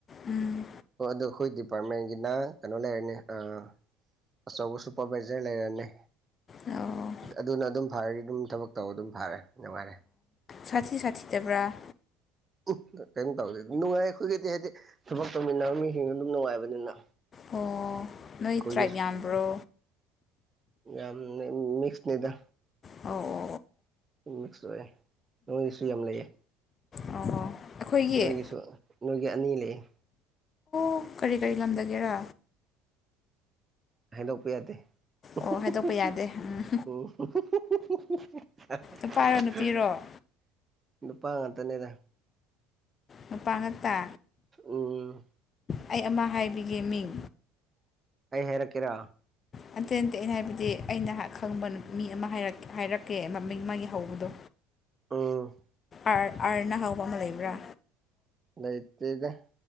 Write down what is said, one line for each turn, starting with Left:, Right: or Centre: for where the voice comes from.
Left: ꯎꯝ
Right: ꯍꯣꯏ ꯑꯗꯣ ꯑꯩꯈꯣꯏ ꯗꯤꯄꯥꯔꯠꯃꯦꯟꯒꯤꯅ ꯀꯩꯅꯣ ꯂꯩꯔꯅꯤ ꯑꯥ ꯑꯆꯧꯕ ꯁꯨꯄꯔꯚꯥꯏꯖꯔ ꯂꯩꯔꯅꯤ
Left: ꯑꯣ
Right: ꯑꯗꯨꯅ ꯑꯗꯨꯝ ꯐꯔꯗꯤ ꯑꯗꯨꯝ ꯊꯕꯛ ꯇꯧꯕ ꯑꯗꯨꯝ ꯐꯥꯔꯦ ꯅꯨꯡꯉꯥꯏꯔꯦ
Left: ꯁꯥꯠꯊꯤ ꯁꯥꯊꯤꯗ꯭ꯕꯔꯥ
Right: ꯎꯝ ꯀꯩꯅꯣ ꯇꯧꯗꯦ ꯅꯨꯡꯉꯥꯏ ꯑꯩꯈꯣꯏꯒꯤꯗꯤ ꯍꯥꯏꯗꯤ ꯊꯕꯛ ꯇꯧꯃꯤꯟꯅꯕ ꯃꯤꯁꯤꯡꯁꯨ ꯑꯗꯨꯝ ꯅꯨꯡꯉꯥꯏꯕꯅꯤꯅ
Left: ꯑꯣ ꯅꯣꯏ
Right: ꯑꯩꯈꯣꯏꯒꯤꯁꯨ
Left: ꯇ꯭ꯔꯥꯏꯞ ꯌꯥꯝꯕ꯭ꯔꯣ
Right: ꯌꯥꯝ ꯃꯤꯛꯁꯅꯦꯗ
Left: ꯑꯧ ꯑꯣ
Right: ꯃꯤꯛꯁ ꯑꯣꯏꯦ ꯅꯣꯏꯒꯤꯁꯨ ꯌꯥꯝ ꯂꯩꯌꯦ
Left: ꯑꯣ ꯑꯣ ꯑꯣ ꯑꯩꯈꯣꯏꯒꯤ
Right: ꯅꯣꯏꯒꯤꯁꯨ ꯅꯣꯏꯒꯤ ꯑꯅꯤ ꯂꯩꯌ‌ꯦ
Left: ꯑꯣ ꯀꯔꯤ ꯀꯔꯤ ꯂꯝꯗꯒꯦꯔꯥ
Right: ꯍꯥꯏꯗꯣꯛꯄ ꯌꯥꯗꯦ ꯑꯣ
Left: ꯑꯣ ꯍꯥꯏꯗꯣꯛꯄ ꯌꯥꯗꯦ ꯎꯝ
Right: <unintelligible>
Left: ꯅꯨꯄꯥꯔꯣ ꯅꯨꯄꯤꯔꯣ
Right: ꯅꯨꯄꯥ ꯉꯥꯇꯅꯦꯗ
Left: ꯅꯨꯄꯥ ꯉꯥꯛꯇꯥ
Right: ꯎꯝ
Left: ꯑꯩ ꯑꯃ ꯍꯥꯏꯕꯤꯒꯦ ꯃꯤꯡ
Right: ꯑꯩ ꯍꯥꯏꯔꯛꯀꯦꯔꯥ
Left: ꯅꯠꯇꯦ ꯅꯠꯇꯦ ꯑꯩꯅ ꯍꯥꯏꯕꯗꯤ ꯑꯩꯅ ꯈꯪꯕ ꯃꯤ ꯑꯃ ꯍꯥꯏꯔꯛ ꯍꯥꯏꯔꯛꯀꯦ ꯃꯃꯤꯡ ꯃꯥꯒꯤ ꯍꯧꯕꯗꯣ
Right: ꯎꯝ
Left: ꯑꯥꯔ ꯑꯥꯔꯅ ꯍꯧꯕ ꯑꯃ ꯂꯩꯕ꯭ꯔꯥ?
Right: ꯂꯩꯇ‌ꯦꯗ